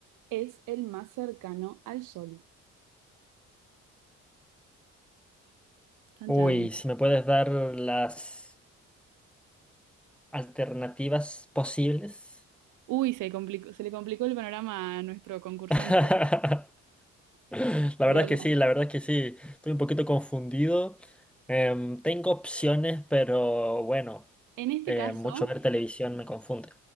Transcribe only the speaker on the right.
es el más cercano al Sol? Chan,
chan.
Uy, se complicó- se le complicó el panorama a nuestro concursante.
Pero
la-
en este
caso...